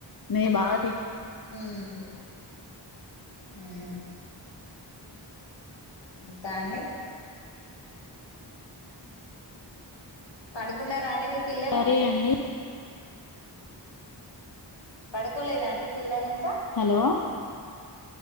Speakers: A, on the left (about 50°); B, on the left (about 70°).
A: నెయ్యి బాగ
B: హ్ము అ మ్మూ ఇంకా అండి పండుకున్నారా అండి మీ పిల్లలు
A: సరే అండి
B: పడుకోలేదా అండి పిల్లలు ఇంకా
A: హలో